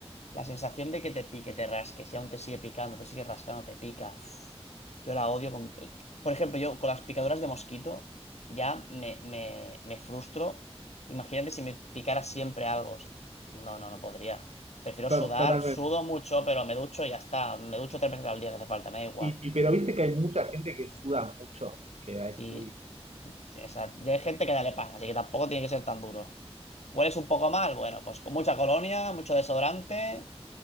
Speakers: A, on the left; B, on the right.
A: La sensación de que te pique, te rasque, si aún te sigue picando, te sigue rascando, te pica. uf, yo la odio con... to- Por ejemplo, yo con las picaduras de mosquito ya me, me, me frustro. Imagínate si me picara siempre algo. No, no, no podría. Prefiero
B: To-
A: sudar,
B: totalmente.
A: sudo mucho, pero me ducho y ya está. Me ducho tres veces al día si hace falta, me da igual.
B: Y, y- pero viste que hay mucha gente que suda mucho, que
A: Sí,
B: es muy...
A: sí, o sea, ya hay gente que ya le pasa, así que tampoco tiene que ser tan duro. ¿Hueles un poco mal? Bueno, pues con mucha colonia, mucho desodorante